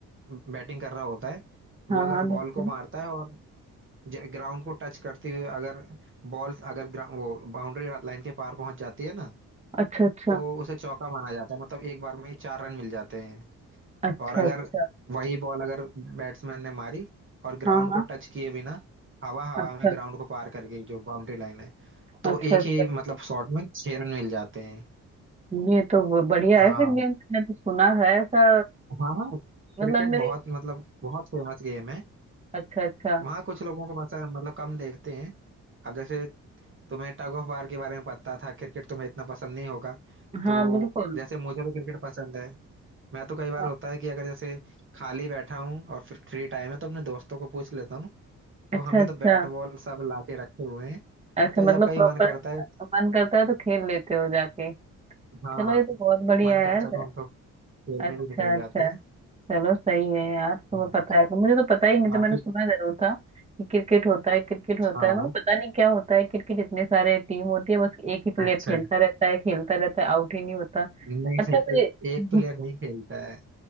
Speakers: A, on the right; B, on the right.
A: बैटिंग कर रहा होता है वो
B: हाँ
A: अगर
B: हाँ बिल्कुल
A: बॉल को मारता है और ग्राउंड को टच करते हुए अगर बॉल अगर ग्रा- वो बाउंड्री लाइन के पार पहुंच जाती है ना
B: अच्छा अच्छा
A: तो उसे चौका माना जाता है मतलब एक बार में ही चार रन मिल जाते हैं
B: अच्छा
A: और अगर
B: अच्छा
A: वही बॉल अगर बैट्समैन ने मारी और ग्राउंड
B: हाँ
A: को
B: हाँ
A: टच किए बिना हवा हवा
B: अच्छा
A: में ग्राउंड को पार करके गई, जो बाउंड्री लाइन है तो
B: अच्छा
A: एक
B: अच्छा
A: ही मतलब शॉट में छह रन मिल जाते हैं
B: ये तो ब- बढ़िया
A: हाँ
B: है फिर गेम मैंने तो सुना था ऐसा
A: हाँ हाँ क्रिकेट
B: मतलब मेरे
A: बहुत मतलब बहुत फेमस गेम है
B: अच्छा अच्छा
A: वहाँ कुछ लोगों को पता मतलब कम देखते हैं अब जैसे तुम्हें टग ऑफ वार के बारे में पता था क्रिकेट तुम्हें इतना पसंद नहीं होगा
B: हाँ
A: तो
B: बिल्कुल
A: जैसे मुझे तो क्रिकेट पसंद है मैं तो कई बार
B: अ-
A: होता है कि अगर जैसे खाली बैठा हूँ और फिर फ्री टाइम है तो अपने दोस्तों को पूछ लेता हूँ
B: अच्छा
A: तो हमने
B: अच्छा
A: तो बैट बॉल सब लाके रखे हुए हैं
B: अच्छा
A: तो
B: मतलब
A: जब कभी
B: प्रॉपर
A: मन करता है
B: मन करता है तो खेल लेते हो जाके चलो
A: हाँ
B: ये तो बहुत बढ़िया
A: मन
B: है
A: करता
B: यार
A: है तो हम तो खेलने
B: अच्छा
A: भी निकल जाते
B: अच्छा
A: हैं
B: चलो सही है यार तुम्हें
A: हाँ
B: पता है तो मुझे तो पता ही नहीं
A: बाकी
B: था मैंने सुना जरूर था कि क्रिकेट होता है क्रिकेट होता
A: हाँ
B: है मैं पता नहीं क्या होता है क्रिकेट इतने सारे टीम होती है बस एक ही प्लेयर
A: अच्छा
B: खेलता रहता है खेलता रहता है आउट ही नहीं होता
A: नहीं नहीं
B: अच्छा तो ये-
A: ए,
B: <laughs>
A: एक प्लेयर नहीं खेलता है